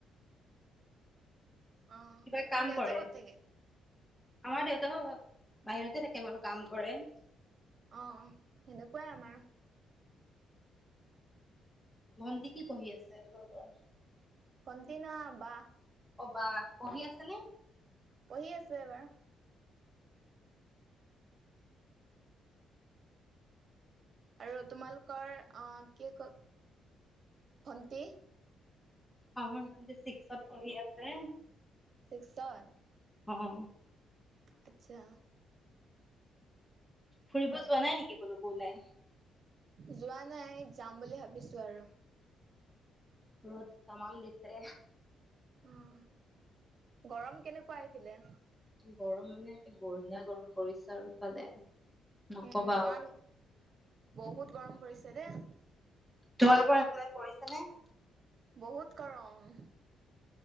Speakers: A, on the right; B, in the centre.
A: অ',
B: কিবা
A: তোমাৰ
B: কাম
A: দেউতা
B: কৰে?
A: ক'ত থাকে??
B: আমাৰ দেউতাও বাহিৰতে থাকে বাৰু, কাম কৰে।
A: অ', সেনেকুৱাই আমাৰ।
B: ভণ্টি কি পঢ়ি আছে তোমালোকৰ?
A: ভণ্টি নহয় বা।
B: অ', বা পহি আছে নে?
A: পঢ়ি আছোঁ এবাৰ। আৰু তোমালোকৰ? অ', কি ক ভন্টি
B: আমাৰ মান ছিক্সত পঢ়ি আছে
A: <unintelligible>
B: অ'।
A: আচ্ছা।
B: ফুৰিব যোৱা নাই নেকি ক'লৈকো ওলাই?
A: যোৱা নাই, যাম বুলি ভাবিছোঁ আৰু
B: ৰ'দ তামাম দিছে
A: অ', গৰম কেনেকুৱা সেইফালে?
B: গৰম মানে একে বঢ়িয়া গৰম পৰিছে আৰু ইফালে। নকবা
A: উম, ইমান,
B: আও।
A: বহুত গৰম পৰিছে দেই।
B: তোমালোকৰ হেফালে পৰিছে নে?
A: বহুত গৰম